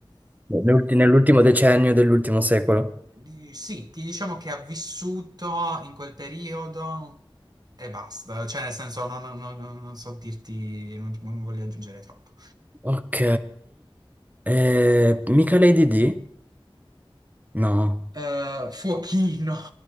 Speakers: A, on the right (about 15°); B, on the right (about 45°).
A: nell'ulti- nell'ultimo decennio dell'ultimo secolo.
B: Di- sì, ti diciamo che ha vissuto in quel periodo e basta, cioè nel senso non, non- non- non so dirti, non, non voglio aggiungere troppo.
A: Ok, eh, mica Lady D? No,
B: Eh, Fuochino,